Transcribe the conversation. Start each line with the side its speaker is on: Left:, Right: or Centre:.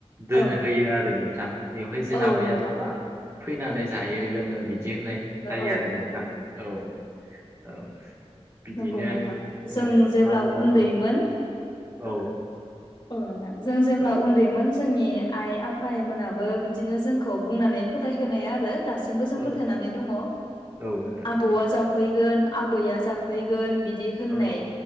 Right: दोनहोयो
Left: औ
Right: आरो नोंथां। बेवहाय जों
Left: औ
Right: आबै
Left: नोंथां
Right: आबौआ फैनानै जायो लोङो बिदि होननाय जायो
Left: औ
Right: आरो नोंथां
Left: औ
Right: औ औ बिदिनो
Left: नंगौ नोंथां
Right: जोङो
Left: जों जेब्ला
Right: मागो दानाव
Left: उन्दैमोन
Right: औ
Left: औ नोंथां जों जेब्ला
Right: औ
Left: उन्दैमोन जोंनि आइ आफा मोनाबो बिदिनो जोंखौ बुंनानै फोथाय होनोनाया आरो दासिम बिखौ जों
Right: औ
Left: फोथायनानै दंङ
Right: औ नोंथां
Left: आबौआ जाफैगोन आबैआ जाफैगोन बि बिदि होननाय
Right: औ